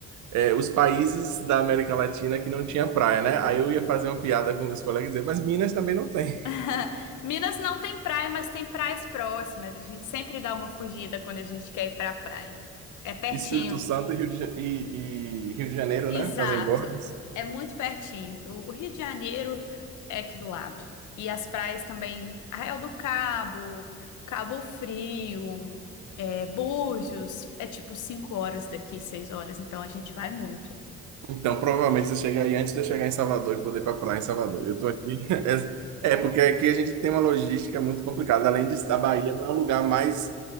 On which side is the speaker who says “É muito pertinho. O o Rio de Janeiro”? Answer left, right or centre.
Left